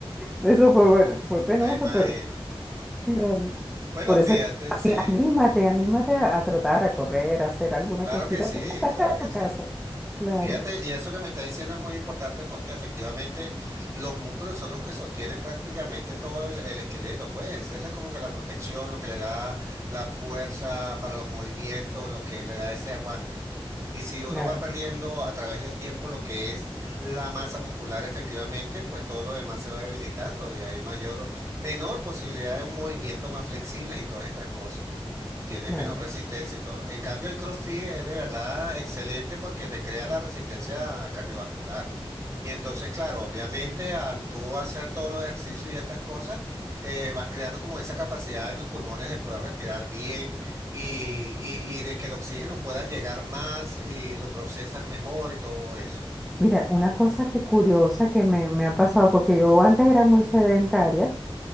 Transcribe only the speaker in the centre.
Eso fue bueno, fue penoso,
pero claro.
Por
eso,
anímate, anímate a, a tratar, a correr, a hacer alguna
cosita
fuera
de
tu casa.
Claro,
claro,
claro.
Mira, una cosa que curiosa que me, me ha pasado, porque yo antes era muy sedentaria,